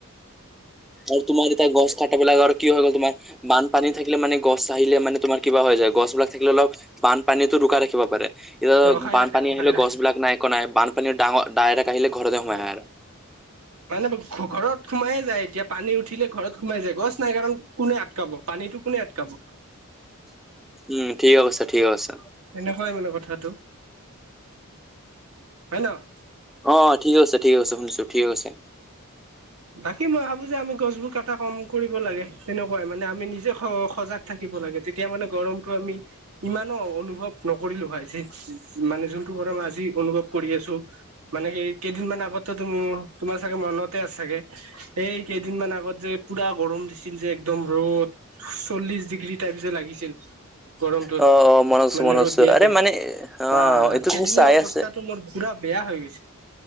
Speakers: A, in the centre; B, on the right (about 80°).
A: আৰু তোমাৰ যেতিয়া গছ কাটা বিলাক আৰু কি হয় হৈ গ'ল তোমাৰ বানপানী থাকিলে মানে গছ আহিলে মানে তোমাৰ কিবা হৈ যায় গছবিলাক থাকিলে অলপ বানপানীতো ৰুখা ৰাখিব পাৰে। এতিয়া
B: ৰখাই
A: বানপানী
B: ৰাখে ৰখাই
A: আহিলে
B: ৰাখে
A: গছ বিলাক নাই একো নাই বানপানীৰ ডাঙৰ ডাইৰেক্ট আহিলে ঘৰতে
B: হয়
A: সোমাই আহে আৰু।
B: মানে ঘৰত সোমাইে যায় এতিয়া পানী উঠিলে ঘৰত সোমাই যায় গছ নাই কাৰণ কোনে আটকাব, পানীটো কোনে আটকাব?
A: উম ঠিক আছা, ঠিক আছা।
B: তেনেকুৱাই মানে কথাটো, হয় ন?
A: অ ঠিক আছে ঠিক আছে শুনিছো ঠিক আছে।
B: বাকী মই ভাবো যে আমি গছবোৰ কটা কম কৰিব লাগে, তেনেকুৱাই মানে আমি নিজে সজাগ থাকিব লাগে তেতিয়া মানে গৰমটো আমি ইমানো অনুভৱ নকৰিলো হয়, যি মানে যোনটোক আজি অনুভৱ কৰি আছোঁ। মানে সেই কেইদিনমান আগতে তোম-তোমাৰ চাগে মনতে আছে চাগে। এই কেইদিনমান আগত যে, পুৰা গৰম দিছিল যে একদম ৰ'দ চল্লিশ ডিগ্ৰী টাইপ যে লাগিছিল। গৰমটোত,
A: অ অ মনত আছো
B: মানে
A: মনত
B: ৰ'দ
A: আছো
B: দিয়াতে
A: আৰে মানে অ
B: বা
A: এইটো
B: সেইদিনা
A: তুমি চাই
B: অৱস্থাটো
A: আছে
B: মোৰ পুৰা বেয়া হৈ গৈছে।